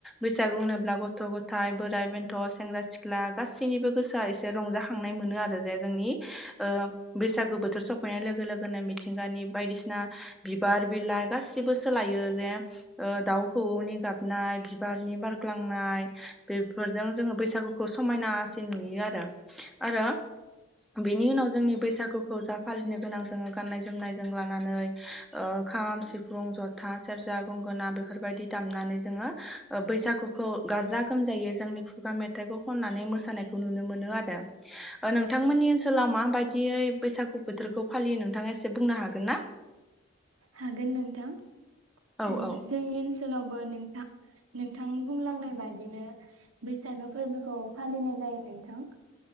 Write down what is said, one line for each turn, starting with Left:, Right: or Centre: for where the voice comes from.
Centre: बैसागु होनोब्ला गथ' गथाय बोराइ बेन्थ' सेंग्रा सिख्ला सिख्ला गासैनिबो गोसोआ एसे रंजाखांनाय मोनो आरो जे जोंनि बैसागु बोथोर सफैनाय लोगो लोगोनो मिथिंगानि बायदिसिना बिबार बिलाइ गासिबो सोलायो जे दाउखौनि गाबनाय बिबारनि बारग्लांनाय बेफोरजों जोङो बैसागु समायनासिन नुयो आरो आरो बेनि उनाव जोंनि बैसागुखौ जा फालिनो गोनां जोङो गाननाय जोमनाय जों लानानै खाम, सिफुं, जथा, सेरजा, गंगोना बेफोरबायदि दामनानै जोङो बैसागुखौ गाजा गोमजायै जोंनि खुगा मेथाइ मेथायखौ खननानै मोसानायखौ नुनो मोनो आरो नोंथांमोननि ओनसोलाव माबायदियै बैसागु बोथोरखौ फालियो नोंथाङा एसे बुंनो हागोन ना?
Right: हागोन नोंथां।
Centre: औ
Right: उम
Centre: औ
Right: जोंनि ओनसो सोलावबो नोंथां नोंथां बुंलांनाय बादिनो बैसागो फोरबोखौ फालिनाय जायो। नोंथां।